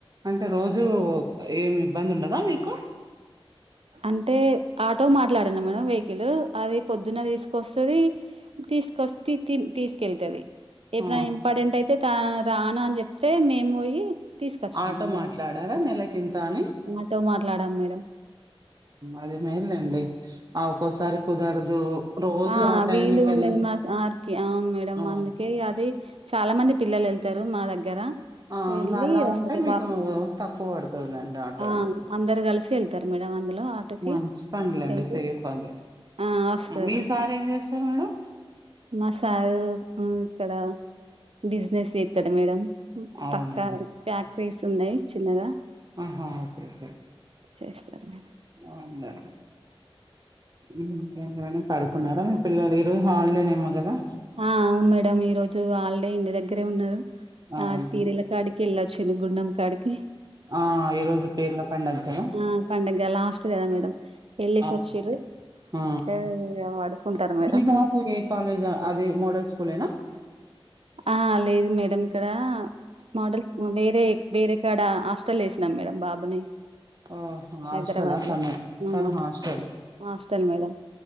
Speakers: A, on the right; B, on the right.
A: అంటే రోజూ ఏమి ఇబ్బంది ఉండదా మీకు
B: అంటే ఆటో మాట్లాడిన మేడం వెహికల్ అది పొద్దున్న తీసుకొస్తది తీసుకొస్ తి తీసుకెళ్తది ఎప్పుడైనా
A: ఆ
B: ఇంపార్టెంట్ అయితే తన్ రాను అని చెప్తే మేము పోయి తీసుకొచ్చుకుంటాం
A: ఆటో
B: మేడం
A: మాట్లాడారా నెలకింత అని
B: ఆటో మాట్లాడాం మేడం
A: అది మేల్ అండి ఆ ఒక్కోసారి కుదరదు రోజు
B: ఆ
A: టైంకి
B: వీలు ఉండదు
A: వెళ్ళ
B: మా సార్ కి అవును మేడంమ్
A: అవును
B: అందుకే ఓకే అది చాలా మంది పిల్లలు వెళ్తారు మా దగ్గర
A: ఆ
B: వెళ్ళ
A: ఇంగ అలా
B: వస్తారు
A: ఉంటే మీకు
B: వారు
A: తక్కువ పడుతదిలేండి ఆటో
B: ఆ
A: అంటే
B: అందరు కలిసి వెళ్తారు వెళ్తారు మేడం అందులో ఆటకి
A: మంచి పనిలేండి
B: వాళ్లు
A: సేఫ్ అది
B: ఆ వస్తారు
A: మీ సార్ ఏం చేస్తారు మేడం
B: మా సారు ఊ ఇక్కడ బిజినెస్ చేస్తాడు మేడం
A: అవునా
B: పక్కా ఫ్యాక్టరీస్ ఉన్నాయి చిన్నగా
A: ఆహా ఓకే ఓకే
B: చేస్తారు మేడం
A: అండి ఉ హు పడుకున్నారా మీ పిల్లలు ఈ రోజు హాలిడేనేమో కదా
B: ఆ అవును మేడంమ్ ఈ రోజు హాలిడే ఇంటి దగ్గరే ఉన్నారు
A: అవును
B: ఆ పీరీల కాడికి వెళ్లొచ్చిండ్రు గుండం కాడికి
A: ఆ ఈరోజు పేర్ల పండగ కదా
B: ఆ పండగ లాస్ట్ కదా మేడం వెళ్లేసి
A: అవును
B: వచ్చిండ్రు
A: ఆ
B: ఏ వాడుకుంటారు మేడం
A: మీ బాబు ఏ కాలేజ్ అదే మోడల్ స్కూల్ ఏనా
B: ఆ లేదు మేడం ఇక్కడ మోడల్స్ వేరే వేరే కాడ హాస్టల్ వేసినాం మేడంమ్ బాబుని
A: ఆహా హాస్టలా
B: హైదరాబాద్
A: తను
B: లో ఊ
A: తను హాస్టల్
B: హాస్టల్ మేడం